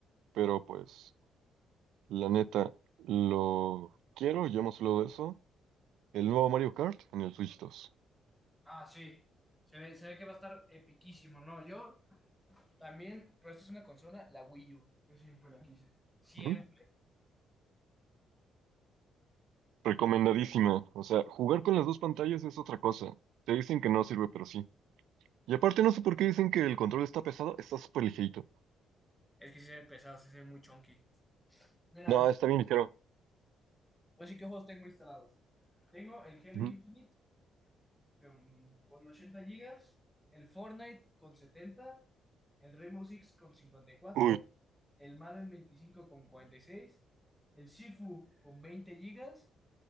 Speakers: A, on the right (about 80°); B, in the centre.
A: pero pues, la neta, lo quiero, ya hemos hablado de eso. El nuevo Mario Kart en el Switch 2.
B: ah, sí, se ve, se ve que va a estar epiquísimo, ¿no? Yo. También, pero esta es una consola, la Wii U. Yo siempre la quise. Siempre.
A: Ujú. Recomendadísimo. O sea, jugar con las dos pantallas es otra cosa. Te dicen que no sirve, pero sí. Y aparte, no sé por qué dicen que el control está pesado, está súper ligerito.
B: Es que sí se ve pesado, sí se ve muy chunky. Mira,
A: No, está bien ligero.
B: voy a decir qué juegos tengo instalados. Tengo el Halo
A: Ujú.
B: Infinite con, con 80 gigas, el Fortnite con 70, el Rainbow Six con 54,
A: Uy.
B: el Madden 25 con 46, el Sifu con 20 gigas,